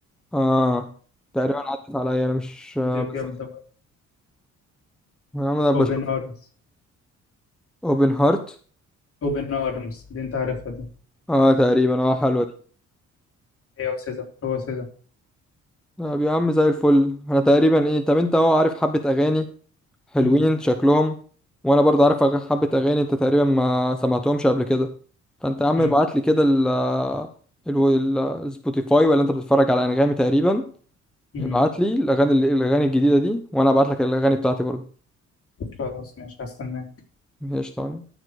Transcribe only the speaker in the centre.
اه تقريبا عدت عليا انا مش آه
بس
انا ابقى
اشوفها
اوبن هارت
اه تقريبا اه حلوه دي
طب يا عم زي الفل انا تقريبا ايه طب انت اهو عارف حبة اغاني حلوين
شكلهم وانا برضه عارف أغ- حبة اغاني انت تقريبا ما سمعتهمش قبل كده فانت يا عم
ابعت لي كده ال ال- السبوتيفاي ولا انت بتتفرج على انغامي تقريبا
ابعت لي الاغاني اللي- الاغاني الجديدة دي وانا ابعت لك الاغاني بتاعتي برضه
ماشي تمام.